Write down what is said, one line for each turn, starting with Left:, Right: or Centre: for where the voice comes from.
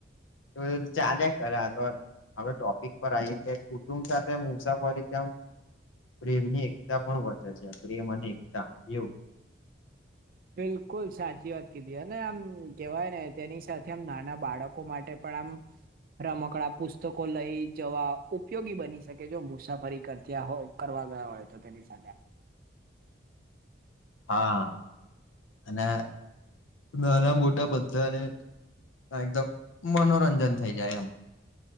Left: <unintelligible> ચાલ્યા કરે આગળ અવે ટોપિક પર આઇએ, કે કુટુંબ સાથે મુસાફરી કેમ? પ્રેમ ની એકતા પણ વધે છે, પ્રેમ અને એકતા એવું.
Right: બિલકુલ સાચી વાત કીધી, અને આમ કેવાય ને, તેની સાથે આમ, નાના બાળકો માટે પણ આમ રમકડા, પુસ્તકો, લઈ જવા ઉપયોગી બની શકે, જો મુસાફરી કરતા હોય કરવા ગયા હોય તો, તેની સાથે.
Left: હા અને નાના મોટા બધાને, એકદમ મનોરંજન થઈ જાય, એમ